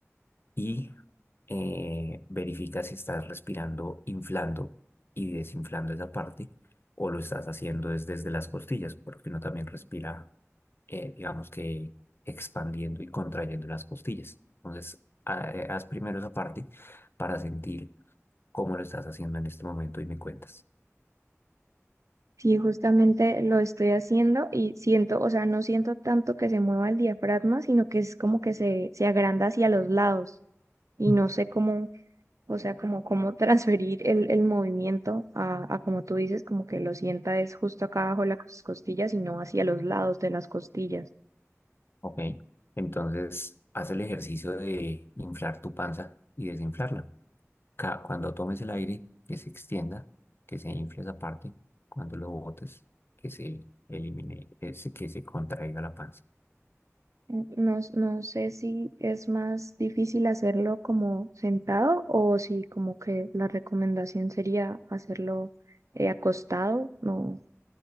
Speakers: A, on the left; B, on the right.
A: Y eh, verifica si estás respirando inflando y desinflando esa parte o lo estás haciendo es desde las costillas, porque uno también respira, eh, digamos que expandiendo y contrayendo las costillas. Entonces, ha- eh, haz primero esa parte para sentir cómo lo estás haciendo en este momento y me cuentas.
B: Sí, justamente lo estoy haciendo y siento, o sea, no siento tanto que se mueva el diafragma, sino que es como que se, se agranda hacia los lados y
A: Mm.
B: no sé cómo, o sea, como cómo <laughs> transferir el, el movimiento a, a, como tú dices, como que lo sienta es justo acá abajo de las costillas y no hacia los lados de las costillas.
A: Ok, entonces haz el ejercicio de inflar tu panza y desinflarla. ca- cuando tomes el aire, que se extienda, que se infle esa parte, cuando lo botes, que se elimine, ese- que se contraiga la panza.
B: N- No, s- no sé si es más difícil hacerlo como sentado o si como que la recomendación sería hacerlo eh, acostado. No,